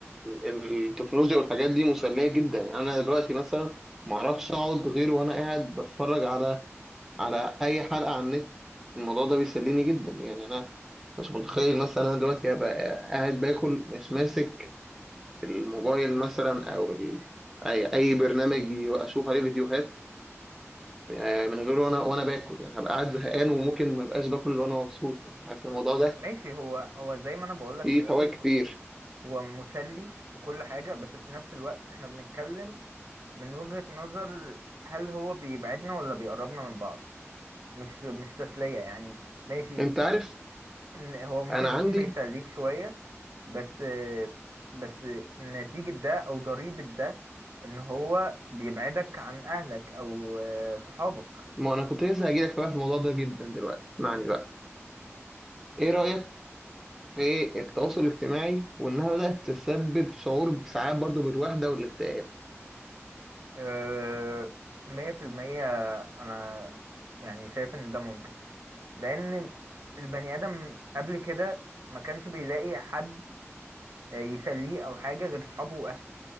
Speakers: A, in the centre; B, on the right.
A: التكنولوجيا والحاجات دي مسليه جدا يعني انا دلوقتي مثلا ما اعرفش اقعد غير وانا قاعد بتفرج على على اي حلقه على النت الموضوع ده بيسليني جدا يعني انا مش متخيل مثلا انا دلوقتي هبقى قاعد باكل مش ماسك الموبايل مثلا او ال... اي اي برنامج ي- اشوف عليه فيديوهات يعني من غيره وانا وانا باكل يعني هبقى قاعد زهقان وممكن ما ابقاش باكل وانا مبسوط يعني حاسس الموضوع ده
B: ماشي هو هو زي ما انا بقولك
A: فيه
B: ماشي
A: فوائد كتير
B: هو مسلي وكل حاجة بس في نفس الوقت احنا بنتكلم من وجهة نظر هل هو بيبعدنا ولا بيقربنا من بعض مش مش تسلية يعني ماشي
A: انت عارف
B: إن هو ممكن
A: انا
B: يكون
A: عندي
B: بيسليك شوية بس بس نتيجة ده أو ضريبة ده إن هو بيبعدك عن أهلك أو آه، صحابك
A: ما انا كنت لسه هجيلك بقى في الموضوع ده جدا دلوقتي اسمعني بقى ايه رايك في التواصل الاجتماعي وانها بدات تسبب شعور ساعات برضو بالوحده والاكتئاب
B: آه، مية في المية أنا يعني شايف إن ده ممكن لأن البني آدم قبل كده ما كانش بيلاقي حد آه، يسليه أو حاجة غير صحابه وأهله